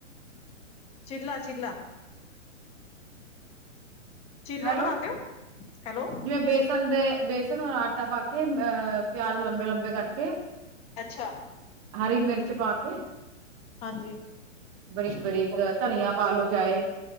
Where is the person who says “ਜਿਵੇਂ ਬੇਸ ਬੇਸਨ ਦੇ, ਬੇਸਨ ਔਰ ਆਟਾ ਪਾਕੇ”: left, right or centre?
Right